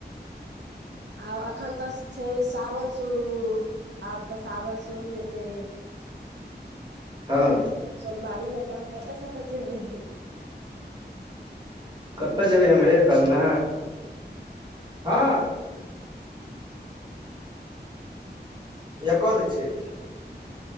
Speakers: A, on the right (about 75°); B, on the right (about 25°).
A: आब एखन तऽ छै सावन शुरू आब तऽ सावन शुरू हेतै
B: हँ
A: सोमवारी मे कहाँ कतऽ कतय जेबै
B: कतऽ जेबै एम्हरे कलना हँ हैये कऽ दैत छियै